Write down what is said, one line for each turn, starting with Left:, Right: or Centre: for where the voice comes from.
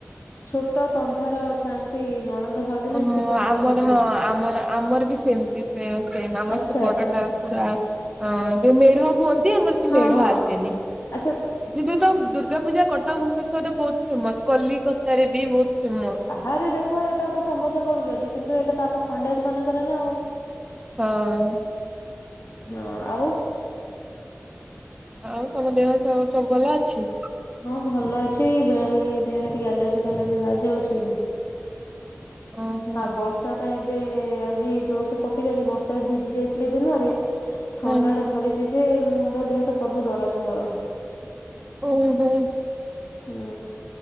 Left: ଛୋଟ ତମ୍ଭାର ଥାନ୍ତି ନଣନ୍ଦ ଭାଉଜ
Right: ଓହୋ
Left: ନା ଏମିତି କଣ
Right: ଆମର
Left: କୁହ।
Right: ହଁ ଆମର ଆମର ବି ସେମତି ପେସେମ୍ ଆମର
Left: ଆଚ୍ଛା
Right: ସେ ବଡ
Left: ଆଚ୍ଛା
Right: ଠାକୁର। ହଁ ଯୋଉ ମେଢ କୁହନ୍ତି ଆମର ସେ
Left: ହଁ
Right: ମେଢ
Left: ହଁ
Right: ଆସେନି।
Left: ଆଚ୍ଛା
Right: ବିଦୁତ ଦୁର୍ଗାପୂଜା କଟକ ଭୁବନେଶ୍ଵରେ ବହୁତ ଫେମସ୍ କଲିକତାରେ ବି ବହୁତ ଫେମସ୍
Left: ଆରେ ଦେଖ ଏଟା ତ ସମସ୍ତେ କରୁଚନ୍ତି କିନ୍ତୁ ଏଟା ତ ଆମ ଖଣ୍ଡାୟତ ମାନଙ୍କର ନା ଆଉ
Right: ହଁ।
Left: ନ ଆଉ
Right: ଆଉ ତମ ଦେହ ସ ସବୁ ଭଲ ଅଛି?
Left: ହଁ ଭଲ ଅଛି ବେଳେ ବେଳେ ଏଇ ଦେହରେ ଟିକେ ଆଲର୍ଜି ଫାଲର୍ଜି ବାହାରି ଯାଉଛି।
Right: ଓହୋ
Left: ଆ ବସ୍ ଟା ଏବେ ଆଜି ଜୋରସେ ପକେଯାଇଚି ଆଜି ବର୍ଷାରେ ଭିଜି ଯାଇଥିଲି ଦିନରେ
Right: ହଁ
Left: ଥଣ୍ଡା ଟା ଧରିଚି ଯେ ମୁଣ୍ଡ ଦେହ ତ ସବୁ ଦରଜ ମୋର
Right: ଓହୋ।
Left: ହୁଁ